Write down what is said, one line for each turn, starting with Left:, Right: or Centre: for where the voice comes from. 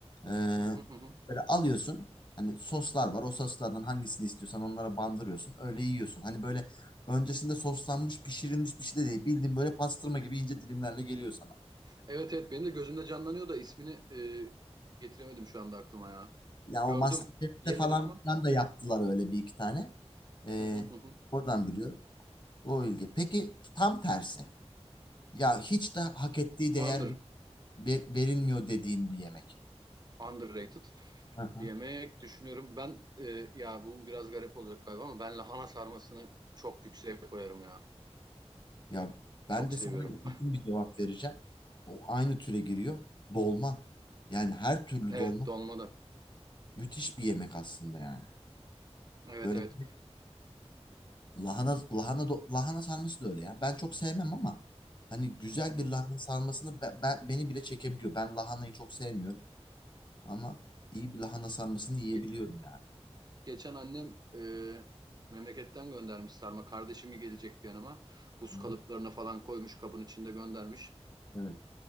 Left: Ee,
Right: Hı hı hı. hı.
Left: böyle alıyorsun. Hani soslar var. O soslardan hangisini istiyorsan onlara bandırıyorsun. Öyle yiyorsun. Hani böyle öncesinde soslanmış, pişirilmiş bir şey de değil. Bildiğin böyle pastırma gibi ince dilimlerle geliyor sana.
Right: Evet evet benim de gözümde canlanıyor da ismini e, getiremedim şu anda aklıma ya.
Left: Ya
Right: Gördüm.
Left: o MasterChef'te
Right: Yemedim
Left: falan
Right: ama.
Left: filan da yaptılar öyle bir iki tane. Ee,
Right: Hı hı hı hı.
Left: oradan biliyorum. O ilgi. Peki tam tersi. Ya hiç de hak ettiği değer
Right: Under,
Left: ve- ve- verilmiyor dediğin bir yemek.
Right: underrated
Left: Hı hı.
Right: bir yemek düşünüyorum. Ben e, ya bu biraz garip olacak galiba ama ben lahana sarmasını çok yükseğe koyarım ya.
Left: Ya ben
Right: Çok
Left: de
Right: seviyorum.
Left: sana yakın
Right: <laughs>
Left: bir cevap vereceğim. O aynı türe giriyor. Dolma. Yani her türlü
Right: Evet
Left: dolma
Right: dolma da.
Left: müthiş bir yemek aslında yani.
Right: Evet
Left: Böyle
Right: evet.
Left: lahana lahana do- lahana sarması da öyle ya. Ben çok sevmem ama hani güzel
Right: Hı hı.
Left: bir lahana sarmasını be- be- beni bile çekebiliyor. Ben lahanayı çok sevmiyorum. Ama iyi bir lahana sarmasını yiyebiliyorum
Right: Ge-
Left: yani.
Right: geçen annem e, memleketten göndermiş sarma. Kardeşimi gelecekti yanıma. Buz
Left: Hı hı.
Right: kalıplarına falan koymuş kabın içinde göndermiş.
Left: Evet.